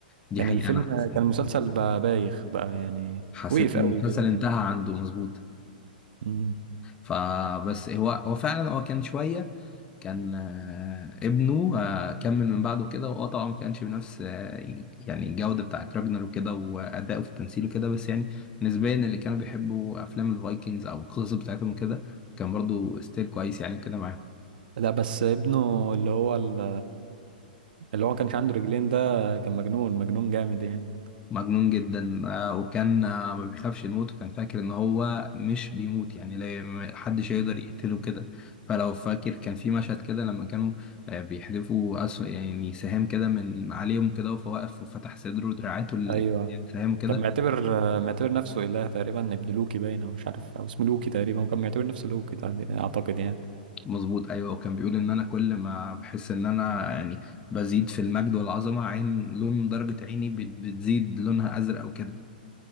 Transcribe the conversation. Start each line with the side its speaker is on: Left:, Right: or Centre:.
Left: دي
Right: كان
Left: حقيقة
Right: الفيلم
Left: انا
Right: كان
Left: حسيت
Right: المسلسل بقى بايخ بقى يعني
Left: حسيت
Right: وقف
Left: ان
Right: أوي
Left: المسلسل
Right: كده يعني
Left: انتهى عنده مظبوط
Right: مم.
Left: فبس هو هو فعلا هو كان شوية كان آه، ابنه آه، كمل من بعده كده واه طبعا ما كانش بنفس آه، يعني الجودة بتاعت راجنر وكده وأداؤه في التمثيل وكده بس يعني نسبيا اللي كانوا بيحبوا أفلام الفايكنجز أو القصص بتاعتهم وكده كان برضو ستيل كويس يعني كده معاهم
Right: لا بس ابنه اللي هو ال- اللي هو ما كانش عنده رجلين ده كان مجنون مجنون جامد يعني
Left: مجنون جدا آه، وكان آه، ما بيخافش يموت وكان فاكر ان هو مش بيموت يعني لا ما حدش
Right: مم.
Left: يقدر يقتله كده فلو فاكر كان في مشهد كده لما كانوا آه، بيحدفوا أسو يعني سهام كده من عليهم كده وهو واقف وفتح صدره ودراعاته السهام
Right: ايوه
Left: كده
Right: كان معتبر معتبر نفسه إله تقريبا ابن لوكي باين او مش عارف او اسمه لوكي تقريبا وكان معتبر نفسه لوكي تع- اعتقد يعني
Left: مظبوط ايوه وكان بيقول ان انا كل ما بحس ان انا يعني بزيد في المجد والعظمه عين لون درجه عيني بت- بتزيد لونها ازرق وكده